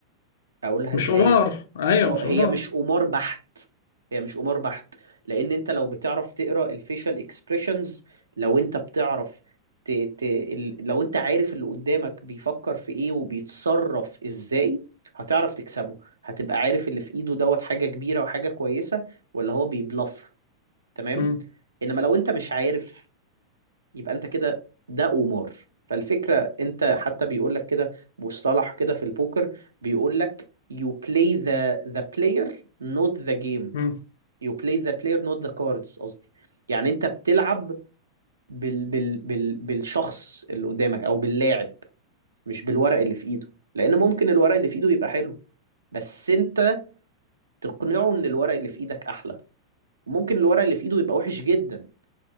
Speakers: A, on the right (about 75°); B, on the left (about 60°).
A: اقولها
B: مش
A: ازاي
B: قمار ايوه
A: اه
B: مش
A: هي
B: قمار
A: مش قمار بحت هي مش قمار بحت لان انت لو بتعرف تقرا الفيشال اكسبريشنز لو انت بتعرف ت... ت... ال... لو انت عارف اللي قدامك بيفكر في ايه وبيتصرف ازاي هتعرف تكسبه هتبقى عارف اللي في ايده دوت حاجة كبيرة وحاجة كويسة ولا هو بيبلف تمام
B: مم.
A: انما لو انت مش عارف يبقى انت كده ده قمار فالفكرة انت حتى بيقول لك كده مصطلح كده في البوكر بيقول لك you play the the player not the game
B: مم.
A: you play the player not the cards قصدي يعني انت بتلعب بال بال بال بالشخص اللي قدامك او باللاعب مش بالورق اللي في ايده لان ممكن الورق اللي في ايده يبقى حلو بس انت تقنعه ان الورق اللي في ايدك احلى وممكن الورق اللي في ايده يبقى وحش جدا